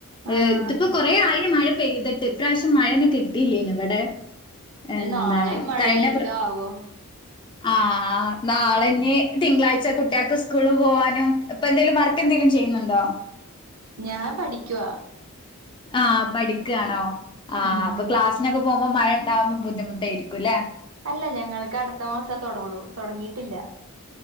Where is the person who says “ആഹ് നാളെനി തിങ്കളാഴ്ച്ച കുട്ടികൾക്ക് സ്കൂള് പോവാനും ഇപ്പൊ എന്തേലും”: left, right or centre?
Left